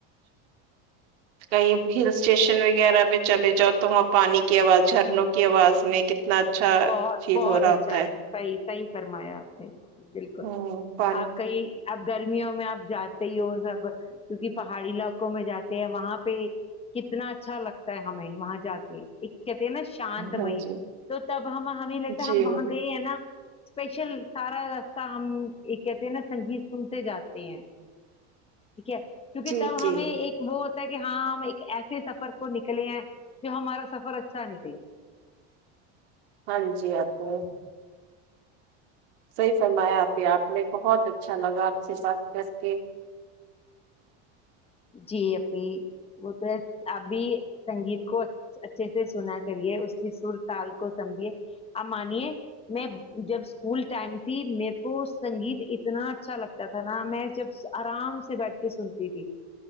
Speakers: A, on the right; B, on the left.
A: کہیں ہل اسٹیشن وغیرہ پے چلے جاؤ تو وہاں پانی کی آواز جھرنوں کی آواز میں کتنا اچھا
B: بہت
A: فیل
B: بہت
A: ہو رہا
B: اچھا
A: ہوتا ہے
B: صحیح صحیح فرمایا آپ نے بالکل
A: ہ پانی
B: آپ کا یہ اب گرمیوں میں آپ جاتے ہی ہو سب کیونکہ پہاڑی علاقوں میں جاتے وہاں پہ کتنا اچھا لگتا ہے ہمیں وہاں جا کے ایک کہتے ہیں نا شانت
A: ہاں
B: مئی
A: جی
B: تو ہم ہمیں لگتا
A: جی
B: ہے ہم وہاں گئے اسپیشل سارا راستہ ہم کہتے ہیں نا سنگیت سنتے جاتے ہیں ٹھیک ہے کیونکہ
A: جی
B: تب
A: جی
B: ہمیں ایک وہ کہ ہاں ہم ایک ایسے سفر کو نکلے ہیں جو ہمارا سفر اچھا نکلے
A: ہاں جی آپ کو صحیح فرمایا آ پ آپ نے بہت اچھا لگا آپ سے ساتھ جس کے
B: جی اھی وہ تو ہے ابھی سنگیت کو اچھے سے سنا کریے اس کی سر تال کو سمجھیے آپ مانیے میں جب اسکول ٹائم تھی میرے کو سنگیت اتنا اچھا لگتا تھا نا میں جب آرام سے بیٹھ کے سنتی تھی